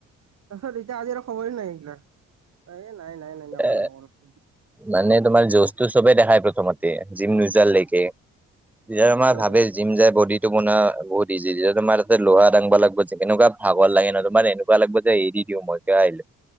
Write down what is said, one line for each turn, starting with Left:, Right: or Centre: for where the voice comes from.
Right: তাৰপিছত এতিয়া আজি আৰু খবৰয়ে নাই এ নাই এইগিলাক, এ নাই নাই নকৰো।
Centre: এ মানে তোমাৰ জজটো চবে দেখাই প্ৰথমতে, জিম নোযাললৈকে, তেতিয়া তোমাৰ
Right: উম
Centre: ভাবে জিম যাই বডিটো বনোৱা বহুত ইজি যে তোমাৰ তাতে লোহা ডাঙব লাগিব যে, কেনেকুৱা ভাগৰ লাগে ন তোমাৰ এনে কিবা লাগিব যে এৰি দিও মই কিয় আহিলো,